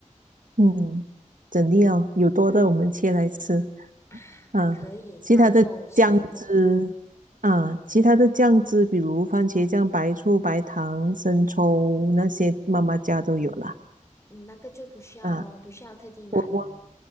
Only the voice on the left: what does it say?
嗯啊，
可以饭后水果，
嗯，那个就不需要咯，
不需要特地买哦。